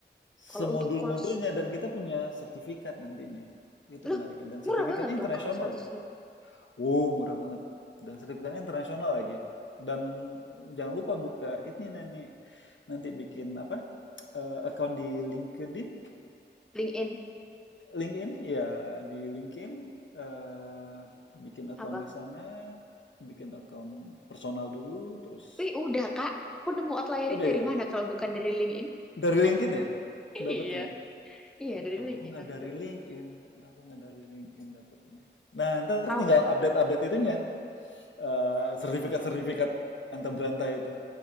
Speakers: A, on the left; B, in the centre.
A: Semodul-modulnya
B: kalau untuk course,
A: dan kita punya sertifikat nantinya. Itu
B: loh,
A: menariknya. Dan sertifikatnya
B: murah banget
A: internasional.
B: dong kalau 100 ribu.
A: Wow, murah banget. Dan sertifikatnya internasional lagi. Dan jangan lupa buka ini nanti nanti bikin apa? eh, account di LinkedIn
B: LinkedIn,
A: LinkedIn ya di LinkedIn eh, bikin account
B: apa?
A: di sana, bikin account personal dulu, terus
B: Tapi udah, Kak. Aku nemu outlierin
A: udah
B: dari
A: ya
B: mana kalau bukan dari LinkedIn?
A: dari LinkedIn ya dapatnya.
B: Iya, iya dari LinkedIn
A: Aku nggak
B: aku
A: dari
B: dapet.
A: LinkedIn, aku nggak dari LinkedIn dapatnya. Nah ntar
B: Oh,
A: tinggal update-update itunya, eh, sertifikat-sertifikat antar berantai itu.